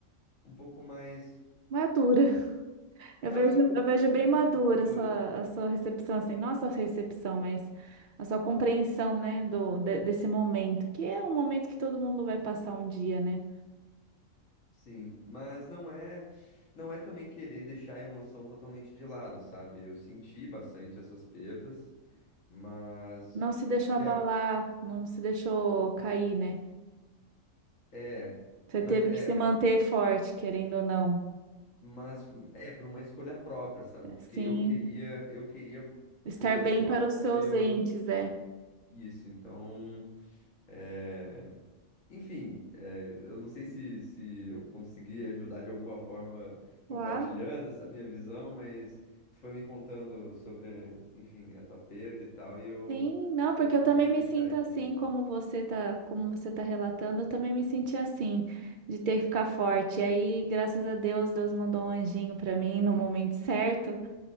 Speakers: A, on the left (about 65°); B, on the right (about 60°).
A: um pouco mais,
B: Madura. Eu
A: é,
B: vejo,
A: eu acho que um
B: eu
A: pouco
B: vejo bem
A: mais
B: madura
A: madura.
B: a sua, a sua recepção, assim, não a sua recepção, mas a sua compreensão, né, do, de- desse momento, que é um momento que todo mundo vai passar um dia, né?
A: Sim, mas não é, não é também querer deixar a emoção totalmente de lado, sabe? Eu senti bastante essas perdas, mas
B: Não se deixou
A: real-
B: abalar, não se deixou cair, né?
A: é,
B: Você
A: mas
B: teve
A: é,
B: que se manter forte, querendo ou não.
A: Mas é por uma escolha própria, sabe?
B: É,
A: Porque
B: Sim,
A: eu queria, eu queria
B: estar
A: poder
B: bem
A: ser o
B: para
A: apoio
B: os seus entes, é.
A: isso. Então, é... enfim, é, eu não sei se, se eu consegui ajudar de alguma forma
B: Claro.
A: compartilhando essa minha visão, mas tu foi me contando sobre, enfim, a tua perda e tal, e eu,
B: Sim, não, porque
A: eu não
B: eu
A: pude
B: também me
A: deixar
B: sinto
A: de
B: assim, como você tá, como você tá relatando, eu também me senti assim, de ter que ficar forte. E aí, graças a Deus, Deus mandou um anjinho pra mim no momento certo,